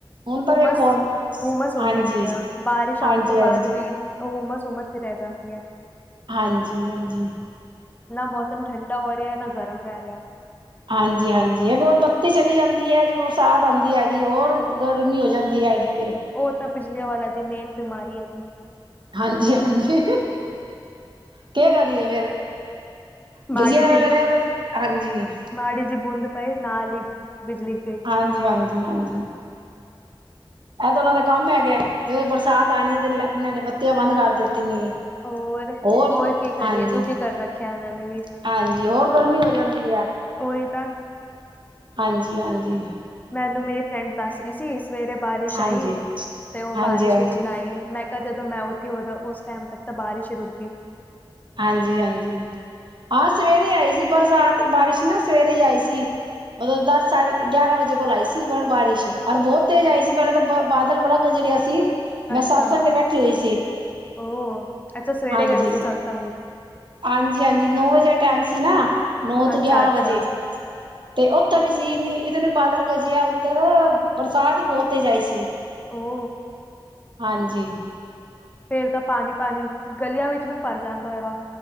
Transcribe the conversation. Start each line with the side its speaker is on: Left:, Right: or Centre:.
Right: ਹੁਣ ਤਾਂ
Left: ਹੁਮਸ
Right: ਵੇਖੋ ਹੁਣ
Left: -ਹੁਮਸ ਹੁੰਦੀ
Right: ਹਾਂਜੀ
Left: ਪਈ ਆ, ਬਾਰਿਸ਼
Right: ਹਾਂਜੀ
Left: ਆਉਣ ਤੋਂ
Right: ਹਾਂਜੀ
Left: ਬਾਅਦ ਵੀ ਉਹ ਹੁਮਸ -ਹੁਮਸ ਤੇ ਰਹਿ ਜਾਂਦੀ ਐ।
Right: ਹਾਂਜੀ- ਹਾਂਜੀ!
Left: ਨਾ ਮੌਸਮ ਠੰਡਾ ਹੋ ਰਿਹਾ ਨਾ ਗਰਮ ਰਹਿ ਰਿਹਾ!
Right: ਹਾਂਜੀ-ਹਾਂਜੀ ਹੈਗ ਬੱਤੀ ਚਲੀ ਜਾਂਦੀ ਹੈ ਜ ਬਰਸਾਤ ਆਉਂਦੀ ਹੈਗੀ ਹੋਰ ਗਰਮੀ ਹੋ ਜਾਂਦੀ ਹੈਗੀ ਹੈ।
Left: ਉਹ ਤਾਂ ਬਿਜਲੀਆਂ ਵਾਲਾ ਦੀ ਮੇਨ ਬਿਮਾਰੀ ਹੈਗੀ।
Right: ਹਾਂਜੀ ਹਾਂਜੀ ਕਿ ਕਰੀਏ ਫਿਰ।
Left: ਮਾੜੀ
Right: ਬਿਜਲੀ ਆ
Left: ਜੀ
Right: ਲੜਿਆ ਵ ਹਾਂਜੀ।
Left: ਮਾੜੀ ਜੀ ਬੂੰਦ ਪਏ ਨਾਲ ਹੀ ਬਿਜਲੀ ਗਈ।
Right: ਹਾਂਜੀ-ਹਾਂਜੀ-ਹਾਂਜੀ। ਇਹ ਤਾਂ ਉਹਨਾਂ ਦੇ ਕੰਮ ਹੈਗੇ, ਜਦੋਂ ਬਰਸਾਤ ਆਣੀ ਹੈ ਤੇ ਇਹਨਾਂ ਨੇ ਬੱਤੀਆਂ ਬੰਦ ਕਰ ਦਿੱਤੀ ਨੇ।
Left: ਹੋਰ-ਹੋਰ
Right: ਹੋਰ
Left: ਕੀ ਕਰੀਏ
Right: ਹਾਂਜੀ
Left: ਦੁਖੀ ਕਰ ਰੱਖਿਆ ਉਹਨਾਂ ਨੇ ਵੀ।
Right: ਹਾਂਜੀ ਹੋਰ ਗਰਮੀ ਹੋ ਜਾਂਦੀ ਹੈ
Left: ਉਹੀ ਤਾਂ
Right: ਹਾਂਜੀ-ਹਾਂਜੀ।
Left: ਮੈਨੂੰ ਮੇਰੀ ਫਰੈਂਡ ਦੱਸ ਰਹੀ ਸੀ, ਸਵੇਰੇ ਬਾਰਿਸ਼
Right: ਹਾਂਜੀ
Left: ਆਈ ਤੇ ਉਹ
Right: ਹਾਂਜੀ
Left: ਬਾਰਿਸ਼
Right: ਹਾਂਜੀ
Left: ਵਿੱਚ ਨਾਈ ਆਈ ਮੈਂ। ਜਦੋਂ ਮੈਂ ਉੱਠੀ ਓਦੋ ਉਸ ਟਾਈਮ ਤੱਕ ਤਾਂ ਬਾਰਿਸ਼ ਹੀ ਰੁਕ ਗਈ।
Right: ਹਾਂਜੀ-ਹਾਂਜੀ, ਹਾਂ ਸਵੇਰੇ ਆਈ ਸੀ ਬਰਸਾਤ ਬਾਰਿਸ਼ ਨਾ ਸਵੇਰੇ ਹੀ ਆਈ ਸੀ। ਮਤਲਬ ਦਸ ਸਾਢੇ ਗਿਆਰਾਂ ਵਜੇ ਕੋਲ ਆਈ ਸੀ ਬਾਰਿਸ਼, ਔਰ ਬਹੁਤ ਤੇਜ਼ ਆਈ ਸੀ ਪਹਿਲੇ ਤਾਂ ਬ। ਬਾਦਲ ਬੜਾ ਗਜਰਿਆ ਸੀ। ਮੈਂ
Left: ਅੱਛਾ
Right: ਸਤਸੰਗ ਤੇ ਬੈਠੀ ਹੋਈ ਸੀ
Left: ਉਹ ਅੱਛਾ ਸਵੇਰੇ
Right: ਹਾਂਜੀ।
Left: ਗਈ ਸੀ ਸਤਸੰਗ ਵਿੱਚ
Right: ਹਾਂਜੀ-ਹਾਂਜੀ ਨੌ ਵਜੇ ਟਾਈਮ ਸੀ, ਨਾ ਨੌ ਤੋਂ
Left: ਅੱਛਾ
Right: ਗਿਆਰਾਂ
Left: ਅੱਛਾ
Right: ਵਜੇ। ਤੇ ਉੱਤ ਵੀ ਸੀ ਨਹੀਂ ਇਤਨੇ ਬਾਦਲ ਗਜਿਆ ਉੱਧਰ। ਬਰਸਾਤ ਹੀ ਬਹੁਤ ਤੇਜ ਆਈ ਸੀ।
Left: ਹੋ।
Right: ਹਾਂਜੀ।
Left: ਫੇਰ ਤਾਂ ਪਾਣੀ ਪਾਣੀ ਗਲੀਆਂ ਵਿੱਚ ਵੀ ਭਰ ਜਾਂਦਾ ਹੋਏਗਾ।